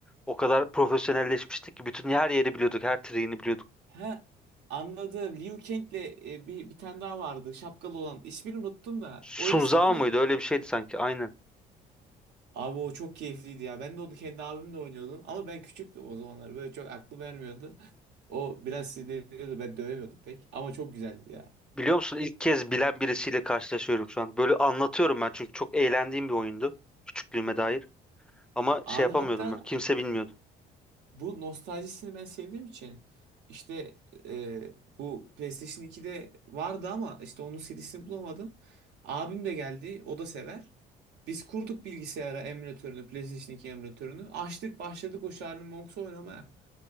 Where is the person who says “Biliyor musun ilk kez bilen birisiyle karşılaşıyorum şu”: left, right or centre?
Centre